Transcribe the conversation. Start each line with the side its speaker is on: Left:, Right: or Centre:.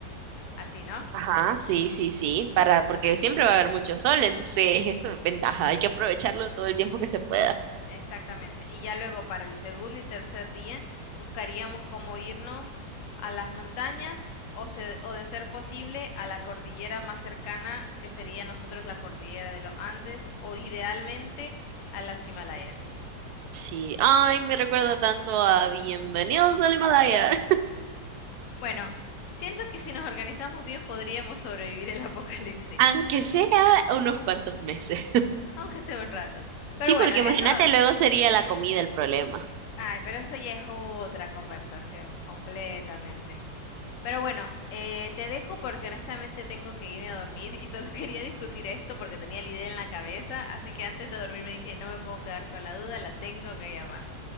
Left: Así, ¿no?
Right: Ajá, sí, sí, sí, para, porque siempre va a haber mucho sol, entonces eso es ventaja, hay que aprovecharlo todo el tiempo que se pueda.
Left: Exactamente. Y ya luego para el segundo y tercer día buscaríamos cómo irnos a las montañas o, se- o de ser posible a la cordillera más cercana que sería nosotros la cordillera de los Andes o idealmente a las Himalayas.
Right: Sí, ay, me recuerda tanto a Bienvenidos al Himalaya, <laughs>
Left: Bueno, siento que si nos organizamos bien podríamos sobrevivir el <laughs> apocalipsis,
Right: aunque sea unos cuantos meses.
Left: aunque sea un rato. Pero
Right: Sí,
Left: bueno,
Right: porque
Left: eso,
Right: imagínate, luego sería la comida el problema.
Left: ay, pero eso ya es otra conversación completamente. Pero bueno, eh, te dejo porque honestamente tengo que irme a dormir y solo <laughs> quería discutir esto porque tenía la idea en la cabeza, así que antes de dormir me dije, no me puedo quedar con la duda, la tengo que llamar.